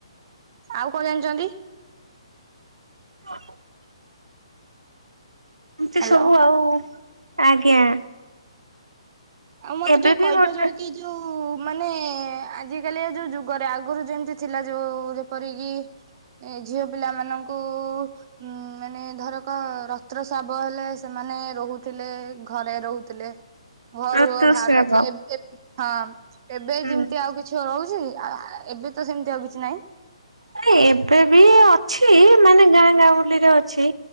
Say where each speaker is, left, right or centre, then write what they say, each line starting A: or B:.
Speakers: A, on the right; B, on the right.
A: ଆଉ କଣ ଜାଣିଛନ୍ତି?
B: <inaudible> ଏମତି
A: ହ୍ୟାଲୋ।
B: ସବୁ ଆଉ, ଆଜ୍ଞା।
A: ଆଉ ମତେ
B: ଏବେ
A: ଟିକେ
B: ବି
A: କହିପାରିବେ
B: ଗୋଟେ
A: କି ଯୋଉ ମାନେ ଆଜି କାଲି ଯୋଉ ଯୁଗରେ, ଆଗରୁ ଯେମିତି ଥିଲା ଯୋଉ ଯେପରିକି ଏ ଝିଅ ପିଲାମାନଙ୍କୁ ଉଁ ମାନେ ଧରକ ରତସ୍ରାବ ହେଲେ ସେମାନେ ରହୁଥିଲେ ଘରେ ରହୁଥିଲେ। ଘରୁ
B: ଋତୁସ୍ରାବ
A: ବାହାରି ନଥିଲେ ଏବେ ଏବେ ହଁ ଏବେ
B: ହୁଁ
A: ଯେମିତି ଆଉ କିଛି ରହୁଛି, ଏବେ ତ ସେମିତି ଆଉ କିଛି ନାହିଁ।
B: ନ ଏବେ ବି ଅଛି, ମାନେ ଗାଁ ଗାଉଲିରେ ଅଛି।